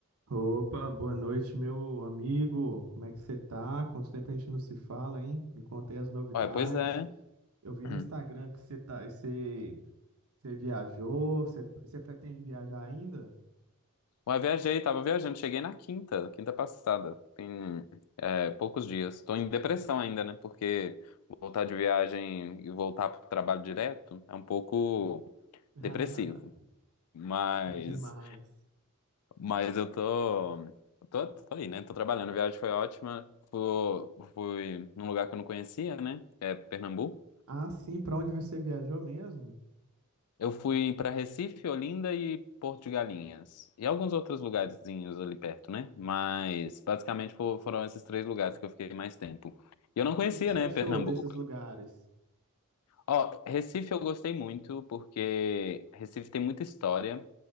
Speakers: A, on the right; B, on the left.
A: Opa, boa noite, meu amigo. Como é que você tá? Quanto tempo a gente não se fala, hein? Me conta aí as novidades.
B: Ué, pois é. <clears throat>
A: Eu vi
B: Hum.
A: no Instagram que você tá, você, você viajou, você, você pretende viajar ainda?
B: Ué, viajei, tava viajando, cheguei na quinta, quinta passada. Tem é, poucos dias. Tô em depressão ainda, né? Porque voltar de viagem e voltar pro trabalho direto é um pouco
A: <laughs>
B: depressivo. Mas,
A: Demais.
B: mas eu tô, eu tô, tô aí, né? Tô trabalhando. A viagem foi ótima. Fui, fui num lugar que eu não conhecia, né? É Pernambuco.
A: Ah, sim, pra onde você viajou mesmo? O
B: Eu fui para Recife, Olinda e Porto de Galinhas. E alguns outros lugarzinhos ali perto, né? Mas
A: que,
B: basicamente fo- foram esses três lugares que eu fiquei mais tempo. E eu não conhecia,
A: que, que você
B: né,
A: achou
B: Pernambuco.
A: desses lugares?
B: Ó, Recife eu gostei muito porque Recife tem muita história